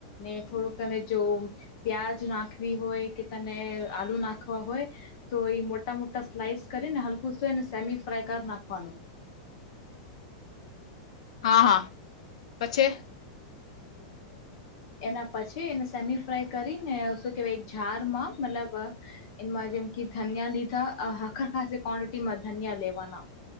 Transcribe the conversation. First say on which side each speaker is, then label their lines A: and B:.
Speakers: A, on the left; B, on the left.
A: ને થોડોક એને જો પ્યાજ નાખવી હોય કે તમેં આલુ નાખવા હોય તો એ મો મોટા સ્લાઈસ કરુંને હલકું શે ને સમી ફ્રાય કપ નાખવાનું
B: હા હા પછી
A: એના પછી એને સમી ફ્રાઈ કરીને શું કેવાય ઝાર માં મતલબ એમાં જેમ કે ધન્યા લીધા આહા ખાસ ક્વોન્ટિટીમાં ધનિયા લેવાના